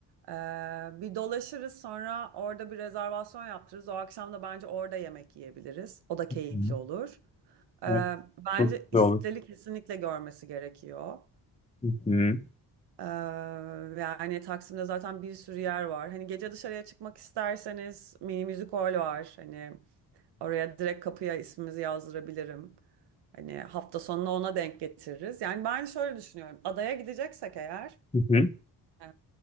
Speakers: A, on the right (about 85°); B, on the left (about 15°).
A: E, bir dolaşırız sonra orada bir rezervasyon yaptırırız. O akşam da bence orada yemek yiyebiliriz. O da keyifli
B: Hı.
A: olur. E,
B: Evet, çok
A: bence
B: güzel
A: İstiklal'i
B: olur.
A: kesinlikle görmesi gerekiyor.
B: Hı hı.
A: E, yani Taksim'de zaten bir sürü yer var. Hani gece dışarıya çıkmak isterseniz mini müzik hol var. Hani Oraya direkt kapıya ismimizi yazdırabilirim. Hani hafta sonunu ona denk getiririz. Yani ben şöyle düşünüyorum. Adaya gideceksek eğer
B: Hı hı.
A: e,